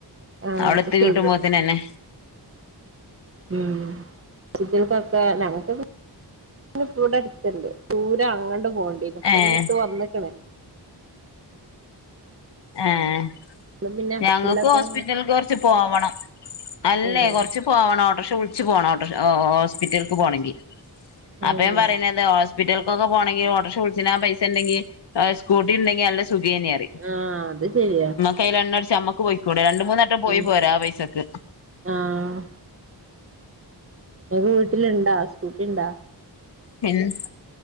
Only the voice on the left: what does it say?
അവിടെ
എത്തി
കിട്ടുമ്പോത്തനന്നെ.
ഏഹ്
ഏഹ്
ഞങ്ങക്ക് ഹോസ്പിറ്റലക്ക് കുറച്ച് പോവണം അല്ലേ
കുറച്ച് പോണം ഓട്ടോറിക്ഷ വിളിച്ച പോണം ഒട്ട് ഓഹ ഹോസ്പിറ്റലക്ക് പോകണെങ്കിൽ. അപ്പോ
ഞാൻ പറണത് ഹോസ്പിറ്റൽ ക്കോക്കെ പോണെങ്കിൽ ഓട്ടറിക്ഷ വിളിച്ചിനാ പൈസ ഇണ്ടെങ്കി സ്കൂട്ടി ഉണ്ടെങ്കിൽ നല്ല സുഖം തന്നെ അറി
കയ്യിലൽ എണ്ണടച്ച്മ്മക്ക് പോയിക്കൂടെ രണ്ട് മൂന്നാട്ടം പോയി
പോരാ ആ പൈസക്ക്.
പിന്നെ